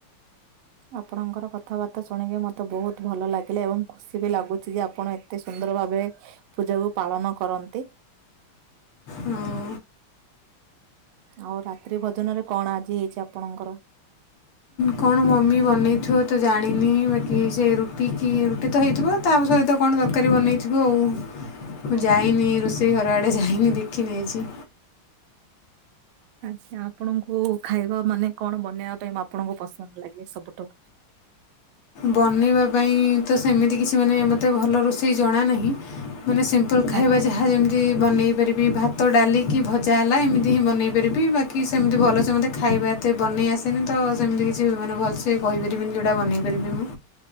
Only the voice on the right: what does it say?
ଆପଣଙ୍କର କଥାବାର୍ତ୍ତା ଶୁଣିକି ମତେ ବହୁତ ଭଲ ଲାଗିଲା ଏବଂ ଖୁସି ବି ଲାଗୁଚି ଯେ ଆପଣ ଏତେ ସ ସୁନ୍ଦର ଭାବେ ପୂଜାକୁ ପାଳନ କରନ୍ତି।
ଆଉ ରାତ୍ରି ଭୋଜନରେ କଣ ଆଜି ହେଇଛି ଆପଣଙ୍କର?
ଆଜ୍ଞା।
ଆଛା। ଆପଣଙ୍କୁ ଖାଇବା ମାନେ କଣ ବନେଇବା ପାଇଁ ଆପଣଙ୍କୁ ପସନ୍ଦ ଲାଗେ ସବୁଠୁ?
ଆଜ୍ଞା